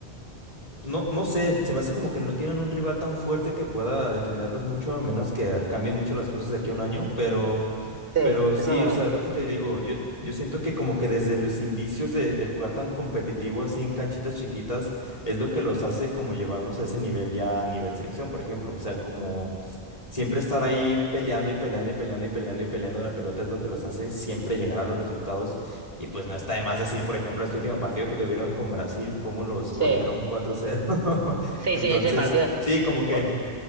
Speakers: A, on the left; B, on the right.
A: No, no sé, se me hace como que no tienen un rival tan fuerte que pueda detenerlos mucho, a menos que cambien mucho las cosas de aquí a un año, pero,
B: Sí,
A: pero sí,
B: eso es verdad.
A: o sea, es lo que te digo, yo, yo siento que como que desde los indicios de, de jugar tan competitivo así en canchitas chiquitas, es lo que los hace como llevarlos a ese nivel ya a nivel selección, por ejemplo, o sea, como Siempre estar ahí peleando y peleando y peleando y peleando y peleando la pelota es lo que los hace siempre llegar a los resultados. Y pues no está de más decir, por ejemplo, este último partido que tuvieron con Brasil, cómo los golearon
B: Sí,
A: cuatro cero <laughs>
B: sí,
A: Entonces,
B: sí, ese partido
A: sí, como que...
B: fu-